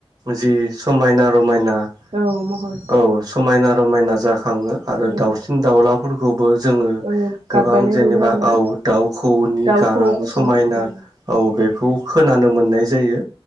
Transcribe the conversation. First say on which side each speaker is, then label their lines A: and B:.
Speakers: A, on the right (about 40°); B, on the right (about 65°).
A: जि समायना-रमायना
B: औ महर
A: औ समायना रमायना जा खाङो आरो
B: औ
A: दाउ हलाफोरखौबो जोङो
B: औ
A: गोबां
B: गाब बानाय
A: जेनेबा
B: नुयो आरोना
A: औ दाउ खौऔनि
B: दाउ
A: गारां
B: खौवौफोरखौ
A: समायना
B: उम
A: औ बे खौ खोनानो मोननाय जायो।